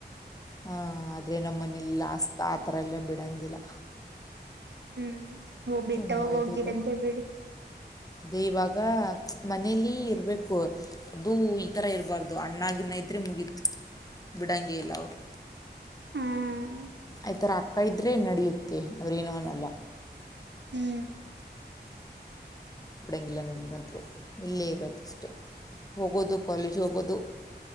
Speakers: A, on the left; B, on the right.
A: ಹಾ ಆದರೆ ನಮ್ಮ ಮನೆಯಲ್ಲಿ <unintelligible> ಆ ತರ ಎಲ್ಲಾ ಬಿಡಂಗಿಲ್ಲ
B: ಹ್ಮ್ ಬಿಟ್ಟವಾಗ
A: ತುಂಬಾ ಇದೀವಿ
B: ಹೋಗಿರಂತೆ ಬಿಡಿ
A: ದಿ ಇವಾಗ ಮನೇಲಿ ಇರಬೇಕು ಅದು ಈ ತರ ಇರಬಾರ್ದು ಅಣ್ಣಾಗಿನ್ನ ಇದ್ರೆ ಮುಗೀತು ಬಿಡಂಗೇ ಇಲ್ಲ ಅವರು
B: ಹ್ಮ್
A: ಈ ತರ ಅಕ್ಕ ಇದ್ರೆ ನಡಿಯುತ್ತೆ ಆದರೆ ಏನು ಅನಲ್ಲ
B: ಹ್ಮ್
A: ಕೊಡಂಗಿಲ್ಲ ನನ್ನಗಂತ್ರು ಇಲ್ಲೇ ಇರೋದಷ್ಟೇ ಹೋಗೋದು ಕಾಲೇಜ್ ಹೋಗೋದು